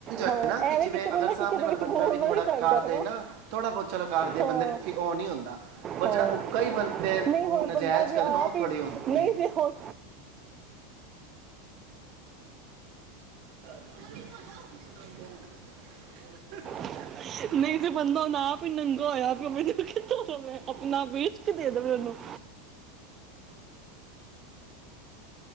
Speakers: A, on the right (about 35°); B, on the right (about 60°).
A: ਹਾਂ
B: ਹਨ ਨਾ ਕਿ
A: ਐਵੇਂ
B: ਜਿਵੇਂ
A: ਕਿਸੇ ਨੂੰ
B: ਅਗਰ
A: ਨਾ
B: ਸਾਹਮਣੇ
A: ਕਿਸੇ ਦੇ
B: ਵਾਲਾ
A: ਵਿੱਚ
B: ਬੰਦਾ
A: ਬੋਲਣਾ
B: ਵੀ ਥੋੜਾ
A: ਨਹੀਂ ਚਾਹੀਦਾ
B: ਕਰਦੇ
A: ਹੈ
B: ਨਾ ਥੋੜਾ ਬਹੁਤ ਚਲੋ ਕਰਦੇ
A: ਹਾਂ
B: ਬੰਦੇ ਉਹ ਨਹੀਂੀ ਹੁੰਦਾ ਪਰ
A: ਹਾਂ
B: ਜਿਹੜਾ ਉ ਹੀ ਬੰਦੇ
A: ਨਹੀਂ
B: ਨੂੰ
A: ਹੋਰ
B: ਨਾਜਾਇਜ਼
A: ਬੰਦਾ ਜੇ
B: ਕਰਨ
A: ਆਪ
B: ਉਹ
A: ਹੀ
B: ਥੋੜੀ ਆੁੰਦੀ
A: ਨਹੀਂ
B: ਹੈ
A: ਜੇ ਹੁਣ
B: <unintelligible>
A: <unintelligible> <unintelligible>